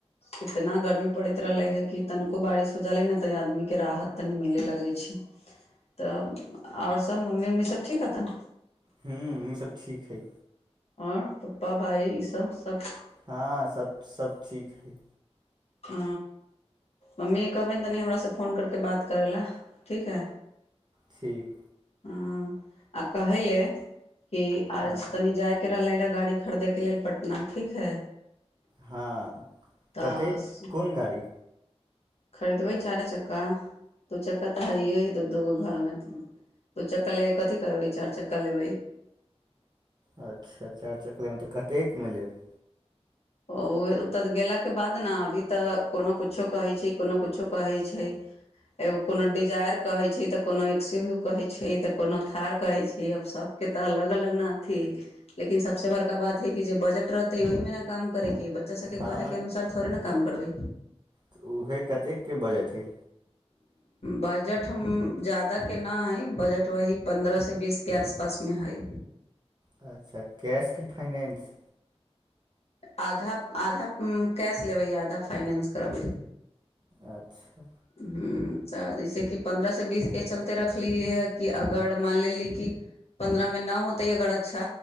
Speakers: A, on the left; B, on the right.
A: इतना गर्मी पड़ैत रहले ह कि तनिको बारिश हो ज रहले न तऽ आदमीके राहत तनी मेले लगै छी तऽ और सब मम्मी उम्मी सभ ठीक हतन
B: हू ईस ठीक हइ
A: और पप्पा भाइ ईसभ सभ
B: हँ सब सभ ठीक हइ
A: आ मम्मी कहबनि तनि हमरासँ फोन करके बात करै लए ठीक हइ
B: ठीक
A: ह आ कहै ले कि आज
B: हँ
A: तनी जाय केर ले रहै गाड़ी खरीदैके लेल पटना ठीक है
B: हँ
A: तऽ
B: कतेक कोन गाड़ी
A: खरीदबै चारे चक्का दू चक्का तऽ हइै दू दू गो घरमे दु चक्का ले के कथी करबै चार चक्का लेबै
B: अच्छा चारि चक्लेमे तऽ कतेकमे लेब
A: ओ ओ तऽ गेलाके बाद ने अभी तऽ कोनो कुछो कहैत छै कोनो कुछो कहैत छै एगो कोनो डिजाायर कहैत छै तऽ कोनो एक्सिव्यू कहैत छै तऽ कोनो थार कहैत छै आ सभ के तऽ अलग अलग न ही लेकिन सबस बड़का बात है कि जे बजट रहतेै ओहि मे ने काम करेके बच्चा सबके
B: हँ
A: कहै के अनुसार थोड़े ने काम करबै
B: तऽ उएह कतेकके बजट हइ
A: बजट जाददा के न है बजट वह पन्द्रह से बीस के आसपासमे हइ
B: अच्छा कैश की फाइनेंस
A: आधा आधा अ्म कैश लेबै आ आधा फाइनेंस करबै
B: अच्छा
A: ह तऽ जैसेकि पन्द्रहसँ बीस ए चलते रखलियै हए कि अगर मानि लेली कि पन्द्रह मे न होते अग अच्छा